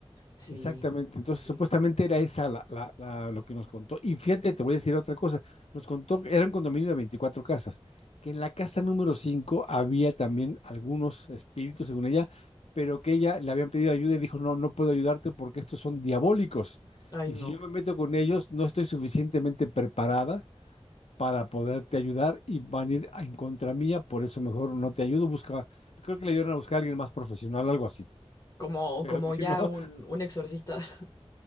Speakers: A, on the left; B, on the left.
A: Sí,
B: exactamente. Entonces,
A: qué triste.
B: supuestamente era esa la, la- la- lo que nos contó. Y fíjate, te voy a decir otra cosa. Nos contó que era un condominio de 24 casas, que en la casa número 5 había también algunos espíritus, según ella, pero que ella le habían pedido ayuda y dijo, no, no puedo ayudarte porque estos son diabólicos.
A: Ay,
B: Y
A: no.
B: si yo me meto con ellos, no estoy suficientemente preparada para poderte ayudar y van a ir a- en contra mía, por eso mejor no te ayudo, busca, creo que le dieron a buscar a alguien más profesional, algo así, <laughs>
A: Como,
B: pero
A: como
B: dije,
A: ya
B: no,
A: un, un exorcista <laughs>